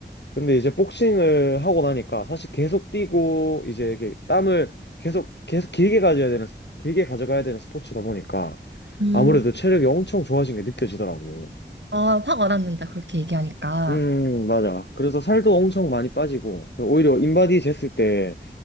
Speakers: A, on the left; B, on the right.
A: 근데 이제 복싱을 하고 나니까 사실 계속 뛰고 이제 이게 땀을 계속 계속 길게 가져야 되는 길게 가져가야 되는 스포츠다 보니까
B: 음,
A: 아무래도 체력이 엄청 좋아진 게 느껴지더라고.
B: 아, 확 와닿는다, 그렇게 얘기하니까.
A: 음, 맞아. 그래서 살도 엄청 많이 빠지고 오히려 인바디 쟀을 때